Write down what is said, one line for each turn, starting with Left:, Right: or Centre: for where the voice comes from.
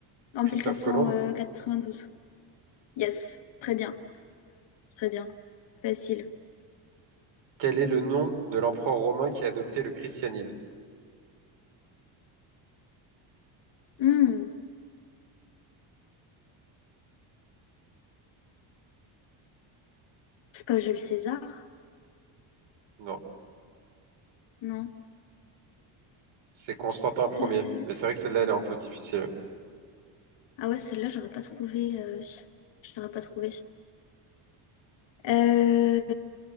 Left: en
Right: Christophe
Left: mille quatre
Right: Colomb.
Left: quatre-vingt-douze? cent quatre-vingt-douze? Yes, très bien, très bien, facile.
Right: Quel est le nom de l'empereur romain qui a adopté le christianisme?
Left: Hmm, c'est pas Jules César?
Right: Non,
Left: Non.
Right: c'est Constantin
Left: Euh,
Right: Ier. Mais c'est vrai que celle-là, elle est un peu difficile.
Left: ah ouais, celle-là, j'aurais pas trouvé. euh, j'aurais pas trouvé. Euh,